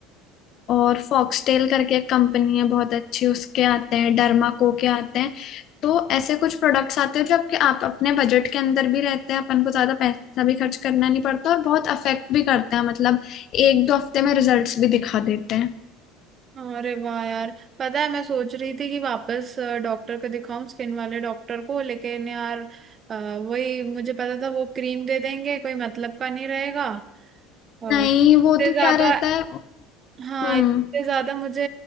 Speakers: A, on the left (about 50°); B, on the right (about 35°).
A: और फॉक्सटेल करके एक कंपनी है बहुत अच्छी उसके आते हैं डर्मा को के आते हैं तो ऐसे कुछ प्रोडक्ट्स आते हैं जो आपके आप अपने बजट के अंदर भी रहते हैं अपन को ज्यादा पैसा भी खर्च करना नहीं पड़ता और बहुत अफेक्ट भी करते हैं मतलब एक दो हफ्ते में रिजल्ट्स भी दिखा देते हैं
B: अरे वाह यार पता है मैं सोच रही थी कि वापस अ, डॉक्टर को दिखाऊं स्किन वाले डॉक्टर को लेकिन यार अ, वही मुझे पता था वो क्रीम दे देंगे कोई मतलब का नहीं रहेगा अ,
A: नहीं
B: इतने
A: वो तो
B: ज्यादा
A: क्या रहता है
B: हाँ
A: हम्म
B: इतने ज्यादा मुझे